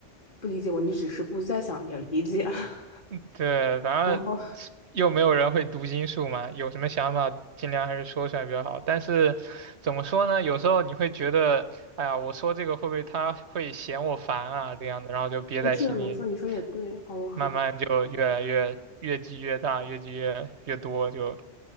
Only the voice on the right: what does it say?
<laughs> 对，反正又没有人会读心术嘛，
有什么想法尽量还是说出来比较好。但是怎么说呢，有时候你会觉得，哎呀，我说这个会不会他会嫌我烦啊，这样的，然后就憋在心里，
慢慢就越来越越积越大，越积越越多，就